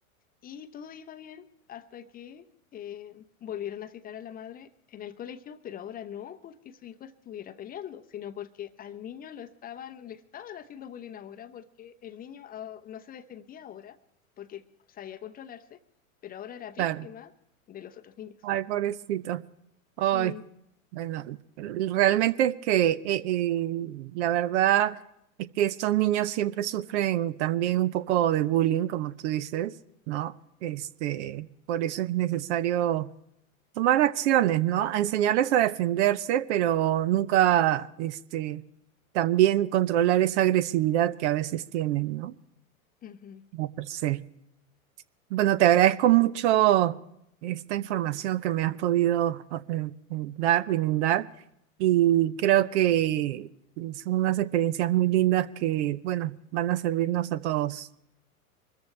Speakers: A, on the left (about 20°); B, on the right (about 55°).
A: Y todo iba bien hasta que eh, volvieron a citar a la madre en el colegio, pero ahora no porque su hijo estuviera peleando, sino porque al niño lo estaban, le estaban haciendo bullying ahora, porque el niño ah, no se defendía ahora, porque sabía controlarse, pero ahora era víctima
B: Claro.
A: de los otros niños.
B: Ay, pobrecito.
A: Sí.
B: Ay, Bueno, realmente es que eh, eh, la verdad es que estos niños siempre sufren también un poco de bullying, como tú dices, ¿no? Este, por eso es necesario tomar acciones, ¿no? A enseñarles a defenderse, pero nunca, este, también controlar esa agresividad que a veces tienen, ¿no?
A: Ujú,
B: Como per se. Bueno, te agradezco mucho esta información que me has podido eh, eh, dar, brindar, y creo que son unas experiencias muy lindas que, bueno, van a servirnos a todos.